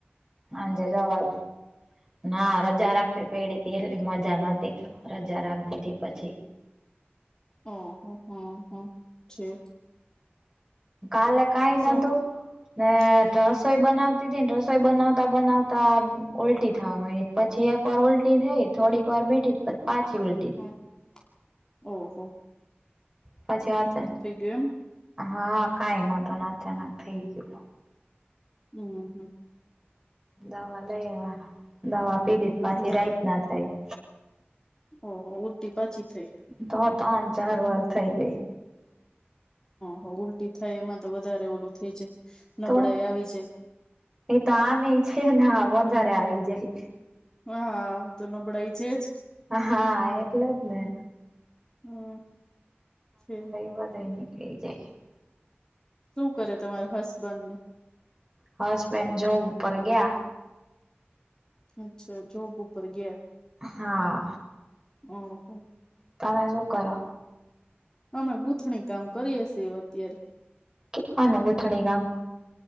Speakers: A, on the right; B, on the left.
A: હાંજે દવા લ ના રજા રાખવી પયડીતી એલી મજા નતી તો રજા રાખ દીધી થી પછી.
B: હ હ હા હા છે.
A: કાલે કાઈ નતું
B: શું
A: ને
B: હમ
A: રસોઈ બનાવ તીતી ને રસોઈ બનાવતા બનાવતા ઉલટી થાવા મયડી પછી એક વાર ઉલટી થઈ થોડીક વાર બેઠી પછ પાછી ઉલ્
B: હમ્મ ઓ.. હો!
A: પાછી અચાનક
B: ગયું
A: હા કંઈ નોતુ ને અચાનક થઇ ગ્યું.
B: હમ્મ હમ્મ.
A: દવા લઈ આયવા દવા પીધી તો પાછી
B: દવા
A: રાઈત ના થાય.
B: ઓહો ઉલટી પાછી થઈ.
A: તો ત્રણ ચાર વાર થઇ ગઈ.
B: હહ ઉલટી થાય એમાં તો વધારે ઓલું થઈ જાય
A: તો
B: નબળાઈ આવી જાય.
A: એ તો આમ એ છે ને અ વધારે આવી જાય.
B: હા આમ તો નબળાઈ છે જ
A: હા એટલે જ ને.
B: હમ છે.
A: બધો નીકળી જાય.
B: શું કરે તમારે હસબેન્ડ ને.
A: હસબેન્ડ જોબ ઉપર ગયા.
B: અચ્છા જોબ ઉપર ગયા.
A: હા
B: ઓહો
A: તા તમે શું કરો?
B: અમે ગૂંથણી કામ કરીએ છે અત્યારે.
A: કેવાનું ગુંથણી કામ.